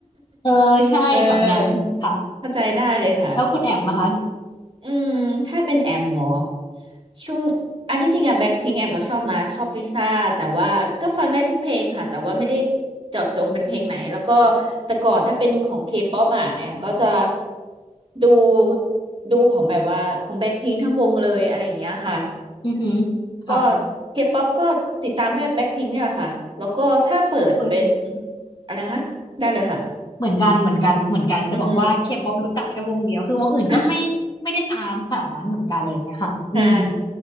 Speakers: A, on the left; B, on the right.
A: เออใช่แบบนั้นค่ะ
B: <laughs> เออเข้าใจได้เลยค่ะ
A: แล้วคุณแอมนะคะ
B: อืมถ้าเป็นแอมเหรอช่วงอันที่จริงอะแบ็คพิงค์แอมก็ชอบนะชอบลิซ่าแต่ว่าก็ฟังได้ทุกเพลงค่ะแต่ว่าไม่ได้เจาะจงเป็นเพลงไหนแล้วก็แต่ก่อนถ้าเป็นของเคป๊อปอะแอมก็จะดูดูของแบบว่าของแบ็คพิงค์ทั้งวงเลยอะไรอย่างเงี้ยค่ะ
A: อือหือ
B: ก็
A: ค่ะ
B: เคป๊อปก็ติดตามแค่แบ็คพิงค์เนี่ยแหละค่ะ แล้วก็ถ้าเปิดเป็น
A: อุ๊ย
B: อะไรนะคะได้เลยค่ะ
A: เหมือนกันเหมือนกันเหมือนกันจะบอกว่าเคป๊อปรู้จักแค่วงเดียวคือวงอื่นก็ไม่ไม่ได้ตามขนาดนั้นเหมือนกันอะไรเลย้ะค่ะอืม
B: อืม <laughs> ใช่